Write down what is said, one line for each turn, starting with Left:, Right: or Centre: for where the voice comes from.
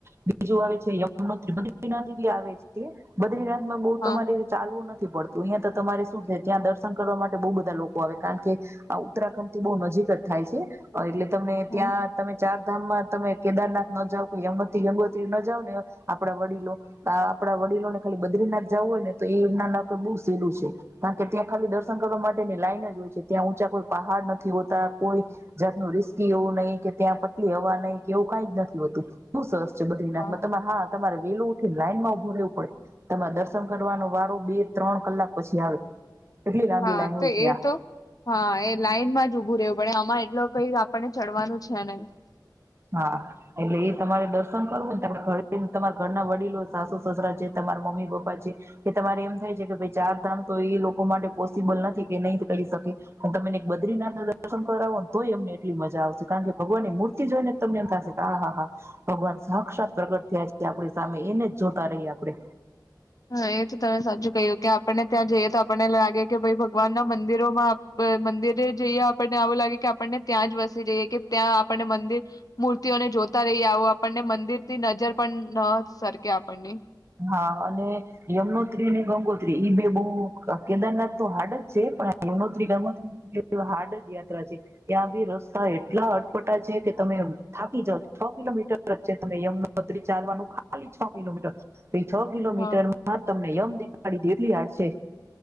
Right: બીજું આવે છે યમ બદ્રીનાથ બી આવે છે બદ્રીનાથ માં બો
Left: હા
Right: તમારે ચાલવું નથી પડતું. તો અહિયાં તો તમારે શું થે. ત્યાં દર્શન કરવા માટે બહુ બધા લોકો આવે, કારણ કે આ ઉત્તરાખંડ થી બહુ નજીક જ થાય છે, એટલે તમને
Left: હા
Right: ત્યાં તમે ચાર ધામમાં તમે કેદારનાથ ન જાવ કોઈ અંગથી અંગો ન જાવ ને આપડા વડીલો આપડા વડીલો ને ખાલી બદ્રીનાથ જું હોય ને તો એમના ના બહ સહેલું છે. <unintelligible> ત્યાં ખાલી દર્શન કરવા માટેની લાઈન જ હોય છે. ત્યાં ઊંચા કોઈ પહાડ નથી હોતા કોઈ જાતનું રિસ્કી એવું નહી કે ત્યાં પતલી હવા નહી કે એવું કઈ જ નથી હોતું, હુ સરસ. છે બદરીનાથ
Left: હા
Right: મા હા તમારે. વેલું ઉઠી લાઈનમાં ઉભો રહેવું પડે, તમારે દર્શન કરવાનો વારો બે ત્રણ કલાક પછી આવે. એટલી લાંબી
Left: હા
Right: લાઈન હોય
Left: તો
Right: ત્યાં
Left: એ તો હા એ લાઈનમાં જ ઉભું રહેવું પડે અમાં. એટલ કઈ આપણને ચડવાનું છે નહી.
Right: હા, એટલે એ તમારે દર્શન કરવું ને તમા ઘરે તમારા ઘરના વડીલો સાસુ, સસરા છે તમારા મમ્મી, પપ્પા છે એ તમારે એમ થાય છે કે ભાઈ ચાર ધામ તો એ લોકો માટે પોસિબલ નથી, કે નહી કરી શકે પણ તમેને બદ્રીનાથ ના દર્શન કરાવો ને તોય અમને એટલી મજા આવશે કારણ, કે ભગવાનની મૂર્તિ જોઈ ને તમને એમ થશે કે આ હા હા હા ભગવાન સાક્ષાત પ્રગટ થયા છે આપણી સામે એને જ જોતા રહીએ આપણે.
Left: હા એ તો તમે સાચું કહ્યું, કે આપણને ત્યાં જઈએ તો આપણને લાગે કે ભાઈ ભગવાન ના મંદિરોમાં મંદિર એ જઈએ આપણને આવું લાગે કે આપણને ત્યાં જ વસી જઈએ કે. ત્યાં આપને મંદિર મૂર્તિઓને જોતા રહી આવો આપણને મંદિર થી નજર પણ ન સરખે આપણને.
Right: હા અને યમનોત્રી ને, ગંગોત્રી ઈ બે બહ કેદારનાથ તો હાર્ડ જ છે. પણ યમનોત્રી ગંગોત્રી હાર્ડ જ યાત્રા છે ત્યાં બી રસ્તા એટલા અટપટા છે કે તમે થાપી જઓ છ કિલોમીટર જ છે ત યમુનોત્રી ચાલવાનું ખાલી છ કિલોમીટર. પહિ છ કિલોમીટર
Left: હા
Right: માં તમને યમ પાડી દેર એટલી હડ છે.